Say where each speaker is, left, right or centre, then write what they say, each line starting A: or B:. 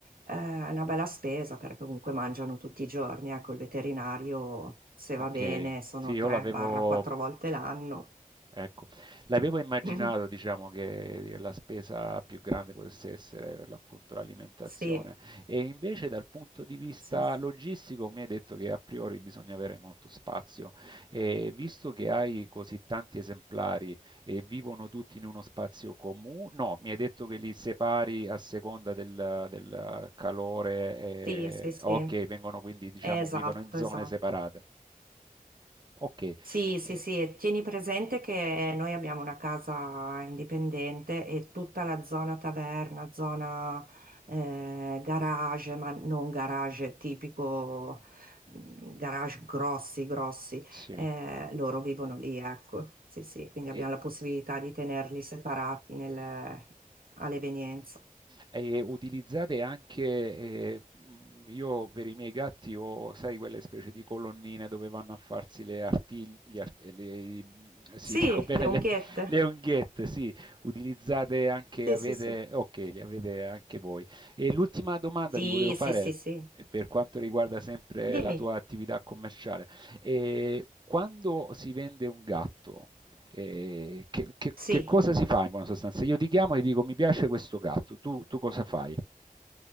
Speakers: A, on the right; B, on the right.
A: Eh, È una bella spesa perché comunque mangiano tutti i giorni, ecco, il veterinario, se
B: ok.
A: va bene, sono
B: Sì, io
A: 3-4
B: l'avevo...
A: volte l'anno.
B: Ecco, l'avevo immaginato,
A: <laughs>
B: diciamo, che la spesa più grande potesse essere per l'appunto l'alimentazione
A: Sì,
B: e invece dal punto di vista
A: sì, sì,
B: logistico mi hai detto che a priori bisogna avere molto spazio e visto che hai così tanti esemplari e vivono tutti in uno spazio comune, no, mi hai detto che li separi a seconda del, del calore,
A: sì, sì, sì.
B: e... ok, vengono quindi, diciamo,
A: esatto,
B: vivono in zone
A: esatto.
B: separate. Ok,
A: Sì, sì,
B: eh,
A: sì, tieni presente che noi abbiamo una casa indipendente e tutta la zona taverna, zona eh, garage, ma non garage tipico, mm, garage grossi, grossi,
B: sì.
A: eh, loro vivono lì, ecco. Sì, sì, quindi abbiamo
B: E,
A: la possibilità di tenerli separati nel- all'evenienza.
B: e utilizzate anche, eh, mh, io per i miei gatti ho, sai, quelle specie di colonnine dove vanno a farsi le artigli, gli art- le- mh, sì,
A: Sì,
B: <laughs> dico bene,
A: le unghiette.
B: le, le unghiette, sì, utilizzate anche,
A: Sì,
B: avete,
A: sì, sì.
B: ok, li avete anche voi. E l'ultima domanda
A: Sì,
B: ti volevo fare
A: sì, sì, sì.
B: eh, per quanto riguarda sempre
A: Dimmi,
B: la tua attività commerciale. E quando si vende un gatto, Eh, che, che-
A: sì.
B: che cosa si fa in buona sostanza? Io ti chiamo e ti dico mi piace questo gatto, tu, tu cosa fai?